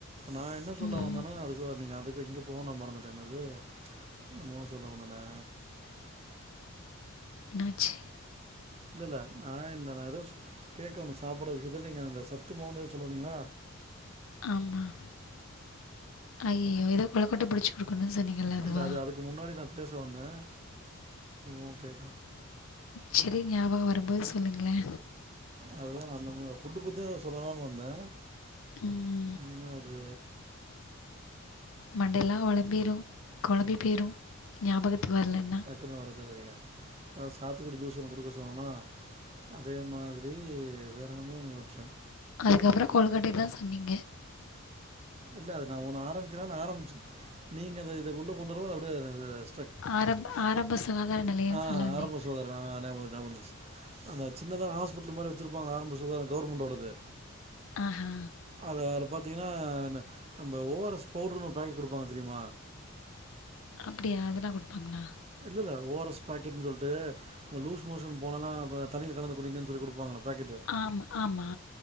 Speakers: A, on the right; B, on the left.
A: நா என்ன சொல்ல
B: ம்
A: வந்தேன்னா அதுக்குள்ள நீங்க அதுக்கு போயிட்டீங்க ஃபோன மறந்துட்டேன் என்னது என்னமோ சொல்ல வந்தனே
B: என்னாச்சு
A: இல்ல இல்ல நான் <unintelligible> கேக்க ஒன்னு சாப்டற விஷயத்தில் நீங்கள் அந்த சத்து மாவு சொல்லீந்திங்கன்னா
B: ஆமாம் அய்யய்யோ ஏதோ கொழக்கட்ட புடிச்சு கொடுக்கணுன்னு சொன்னிங்ல அதுவா
A: இல்ல அது அதுக்கு முன்னாடி நான் பேச வந்தேன் ஓ கே
B: சேரிங்க ஞாபகோ வரும்போது சொல்லுங்ளே
A: அதுதான் நான் அந்த ஃபுட்டு பத்தி சொல்லலாம்னு வந்தேன்
B: ம்
A: ம், அது
B: மண்டையெல்லாம் கொழம்பிரும் கொழம்பி பேயிரும் ஞாபகத்துக்கு வரலன்னா
A: <unintelligible> நா சாத்துக்குடி ஜூஸ் ஒன்னு குடுக்க சொன்னேனா அதே மாத்ரி வேற என்னமோ ஒன்னு யோஸ்ச்சேன்
B: அதுக்கப்றம் கொலுக்கட்டைய தான் சொன்னீங்க
A: இல்ல அது நா ஒண்ணு ஆரம்பிக்கிறா நா ஆரம்பிச் நீங்க அத இத கொண்டு கொண்டு வரும்போது அப்டியே
B: ஆரம் ஆரம்ப சுகாதார நெலையெனு
A: ஆ
B: சொல்ல வந்திங்ளா
A: <unintelligible> அந்த சின்னதா ஹாஸ்பிட்டல் மாரி வச்சிருப்பாங்க ஆரம்ப சுகாதார கவர்மெண்ட்டோடது
B: ஆ ஹா
A: அத அது பாத்திங்கன்னா ந நம்ம ஓஆர்எஸ் பவுடுர்னு ஒரு பாக்கெட் கொடுப்பாங்க தெரியுமா
B: அப்டியா அதெல்லா கொடுப்பாங்களா
A: இல்ல இல்ல ஓ ஆர் எஸ் பாக்கெட்ன்னு சொல்லிட்டு லூஸ் மோஷன் போனானா தண்ணில கலந்து குடீங்கன்னு சொல்லி கொடுப்பாங்களே பாக்கெட்டு
B: ஆம் ஆமா